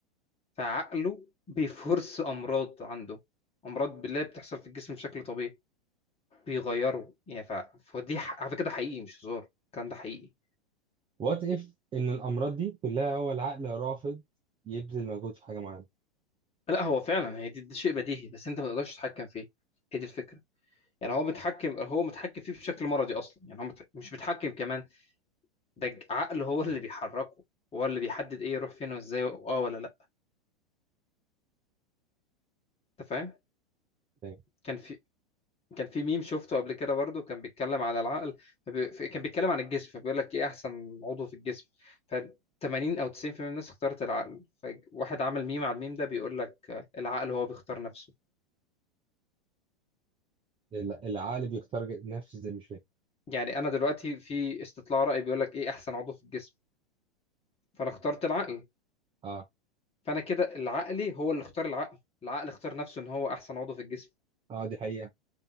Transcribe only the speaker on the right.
وات اف ان الامراض دي كلها هو العقل رافض يبذل مجهود في حاجه معينه
فاهم
الع- العقل بيختار ج- نفسه زي مش فاهم
اه
اه دي حقيقه